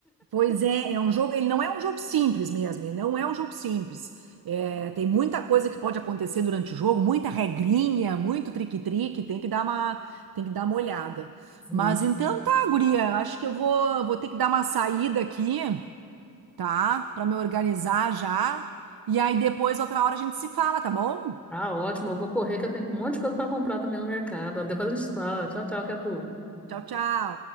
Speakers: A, on the right (about 80°); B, in the centre.
A: Pois é, é um jogo, ele não é um jogo simples mesmo, ele não é um jogo simples. É, tem muita coisa que pode acontecer durante o jogo, muita regrinha, muito trique-trique, tem que dar uma, tem que dar uma olhada.
B: Sim.
A: Mas então tá, guria, acho que eu vou, vou ter que dar uma saída aqui, tá? Pra me organizar já. E aí depois, outra hora, a gente se fala, tá bom?
B: Tá ótimo, eu vou correr, que eu tenho um monte de coisa para comprar também no mercado. Depois a gente fala. Tchau, tchau, Catu.
A: Tchau, tchau.